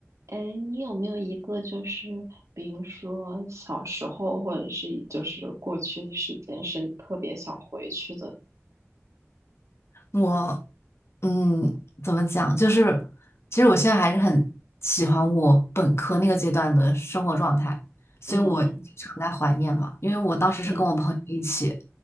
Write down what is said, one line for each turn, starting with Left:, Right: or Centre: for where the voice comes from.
Right: 哎，你有没有一个就是，比如说小时候，或者是就是过去的时间，是你特别想回去的呢
Left: 我嗯，怎么讲？就是其实我现在还是很喜欢我本科那个阶段的生活状态，所以我经常在怀念嘛。
Right: 嗯嗯
Left: 因为我当时是跟我朋友一起，
Right: 嗯